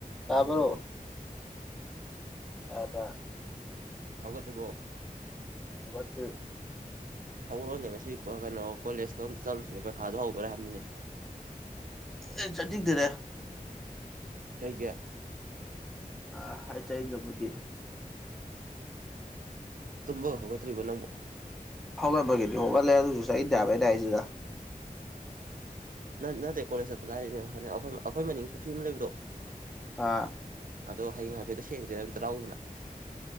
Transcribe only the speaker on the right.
ꯍꯧꯒꯠꯇꯔꯤꯕꯣ
ꯍꯧꯔꯛꯑꯣꯅꯦ ꯉꯁꯤ ꯀꯩꯅꯣ ꯀꯣꯂꯦꯖꯇꯣ ꯑꯃꯝ ꯆꯠꯂꯨꯁꯤꯅꯦ ꯄꯩꯈꯥꯗꯣ ꯍꯧꯗꯣꯔꯦ ꯍꯥꯏꯕꯅꯤꯅꯦ
ꯀꯩ ꯀ
ꯇꯨꯝꯕꯒ ꯍꯧꯒꯠꯇ꯭ꯔꯤꯕꯣ ꯅꯪꯕꯨ
ꯅꯠꯇꯦ ꯀꯣꯂꯦꯖ ꯆꯠꯄ ꯂꯥꯛꯔꯤꯅꯤ ꯍ ꯑꯩꯈꯣꯏ ꯑꯩꯈꯣꯏ ꯃꯅꯤꯡ ꯄꯨꯈ꯭ꯔꯤ ꯑꯃ ꯂꯩꯕꯗꯣ
ꯑꯗꯣ ꯍꯌꯦꯡ ꯍꯥꯏꯐꯦꯠꯇ ꯁꯦꯡꯁꯦ ꯑꯝꯇ ꯂꯥꯎꯎꯗꯅ